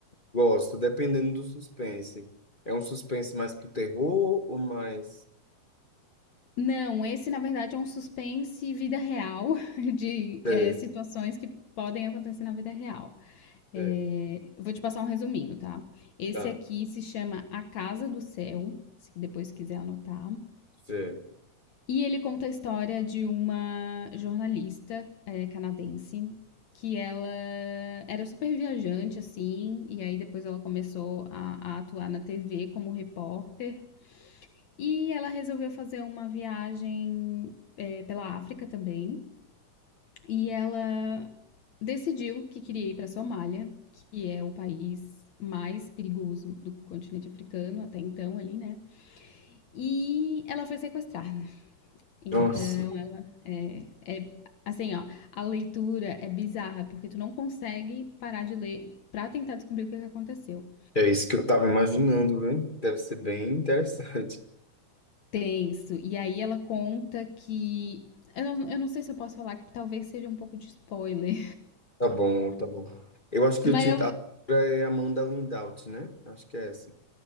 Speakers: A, on the left; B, on the left.
A: Gosto, dependendo do suspense. É um suspense mais pro terror ou mais.
B: Não, esse na verdade é um suspense vida real, <laughs> de
A: Certo,
B: é, situações que podem acontecer na vida real. É,
A: certo,
B: eu vou te passar um resuminho, tá? Esse
A: tá,
B: aqui se chama A Casa do Céu, se depois quiser anotar.
A: certo.
B: E ele conta a história de uma jornalista eh, canadense que ela era super viajante, assim, e aí depois ela começou a, a atuar na TV como repórter. E ela resolveu fazer uma viagem eh, pela África também. E ela decidiu que queria ir para a Somália, que é o país mais perigoso do continente africano até então ali, né? E ela foi sequestrada. Então
A: Nossa,
B: ela é é assim, ó, a leitura é bizarra, porque tu não consegue parar de ler pra tentar descobrir o que é que aconteceu.
A: é isso que eu tava imaginando, viu? Deve ser bem interessante. <laughs>
B: Tenso. E aí ela conta que eu não eu não sei se eu posso falar, que talvez seja um pouco de spoiler,
A: Tá bom, tá bom. Eu acho que
B: <laughs> mas
A: o título
B: eu
A: a autora é Amanda Lindhout, né? Acho que é essa.